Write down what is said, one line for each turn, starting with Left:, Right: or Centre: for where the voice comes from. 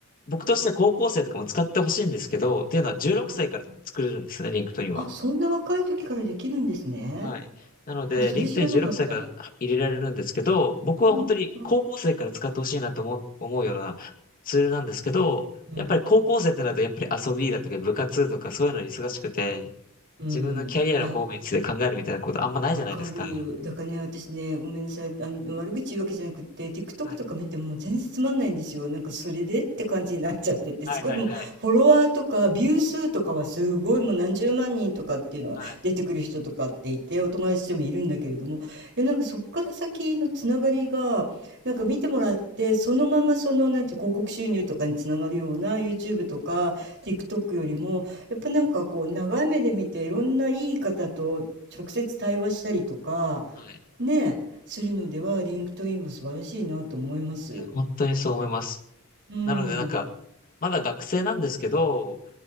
Left: 僕としては高校生とかも使ってほしいんですけど、っていうのは16歳から作れるんですね、
Right: あ
Left: リンクトインは。
Right: ー、あ、そんな若い時からできるんですね。
Left: はい。なので、
Right: あ、それ知らなかった。
Left: リンクトイン16歳から入れられるんですけど、僕は本当に高校生から使ってほしいなと思う、
Right: うん。うん。
Left: 思うようなツールなんですけど、
Right: うん。
Left: やっぱり高校生ってなると、やっぱり遊びだとか部活とかそういうのに忙しくて、
Right: うん。
Left: 自分のキャリアの方面について考えるみたいなことあんまないじゃないですか。
Right: いや、わかる。
Left: は
Right: だからね、私ね、ごめんなさい。あの、悪口言うわけじゃなくって、TikTok
Left: い。
Right: とか見ても全然つまんないんですよ。なんか、それでって感じになっちゃってて、
Left: はいはいはい。
Right: すごい、でも、フォロワーとか、ビュー数とかはすごい、もう何十万人とかっていうのが出てくる人とかっていて、
Left: はい。
Right: お友達でもいるんだけれども、いや、なんか、そっから先のつながりが、なんか見てもらって、そのまま、その、なんて、広告収入とかにつながるような YouTube とか、TikTok よりも、やっぱなんかこう長い目で見ていろんないい方と直接対話したりとか、
Left: はい。
Right: ね、するのでは、リンクトインは素晴らしいなと思います。
Left: いや、本当にそう思います。
Right: うん。
Left: なのでなんか、まだ学生なんですけど、